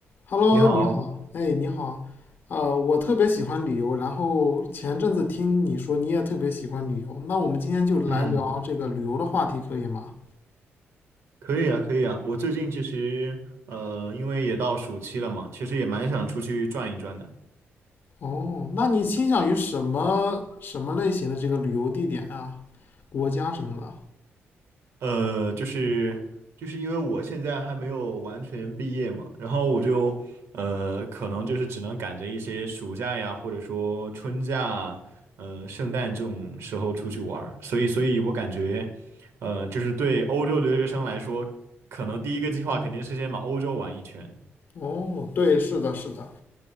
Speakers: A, on the left; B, on the right.
A: Hello，
B: 你好，
A: 你好，哎，你好，呃，我特别喜欢旅游，然后前阵子听你说你也特别喜欢旅游，那我们今天就来聊这个旅游的话题，
B: 嗯，
A: 可以吗？
B: 可以啊，可以啊。我最近其实，呃，因为也到暑期了嘛，其实也蛮想出去转一转的。
A: 哦，那你倾向于什么什么类型的这个旅游地点啊，国家什么的？
B: 呃，就是就是因为我现在还没有完全毕业嘛，然后我就呃，可能就是只能赶着一些暑假呀，或者说春假啊呃，圣诞这种时候出去玩儿。所以，所以我感觉，呃，就是对欧洲留学生来说，可能第一个计划肯定是先把欧洲玩一圈。
A: 哦，对，是的，是的。